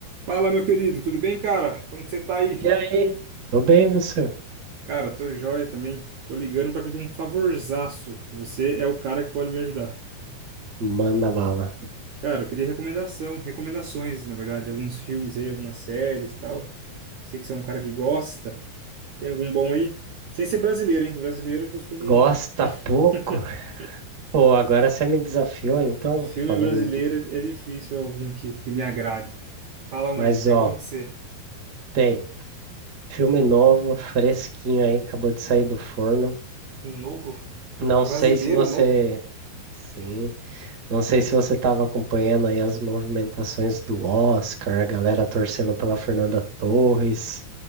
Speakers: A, on the right; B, on the right.
A: Fala, meu querido, tudo bem, cara? Como que você tá aí?
B: E aí? Tô bem, você?
A: Cara, tô joia também. Tô ligando pra pedir um favorzaço, que você é o cara que pode me ajudar.
B: Manda bala.
A: Cara, eu queria recomendação, recomendações, na verdade, alguns filmes aí, algumas séries e tal. Sei que você é um cara que gosta. Tem algum bom aí? Sem ser brasileiro, hein? Que Brasileiro eu costumo.
B: Gosta
A: <laughs>
B: pouco? Pô, agora você me desafiou, então,
A: Filme
B: falando
A: brasileiro
B: de...
A: é difícil algum que, que me agrade. Fala um
B: Mas,
A: aí, tem
B: ó,
A: algum que você.
B: tem filme novo, fresquinho aí, acabou de sair do forno.
A: um Novo?
B: Não
A: Brasileiro
B: sei se você...
A: novo?
B: Sim. Não sei se você tava acompanhando aí as movimentações do Oscar, a galera torcendo pela Fernanda Torres.